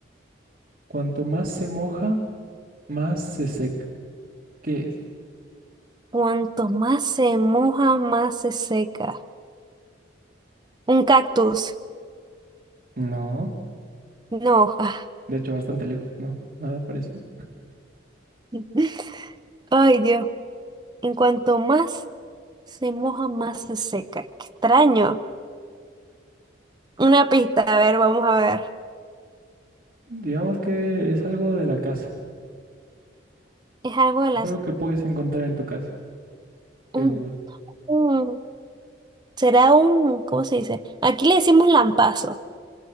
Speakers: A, on the right; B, on the right.
A: cuanto más se moja, más se seca. ¿Qué es?
B: Cuanto más se moja, más se seca. Un cactus.
A: No,
B: No. ah.
A: de hecho, bastante lejos. No, nada parecido.
B: <laughs> Ay, Dios. En cuanto más se moja, más se seca. Qué extraño. Una pista, a ver, vamos a ver.
A: Digamos que es algo de la casa.
B: Es algo de
A: Es
B: las...
A: algo que puedes encontrar en tu casa, seguro.
B: un- un- será un... ¿Cómo se dice? Aquí le decimos lampazo,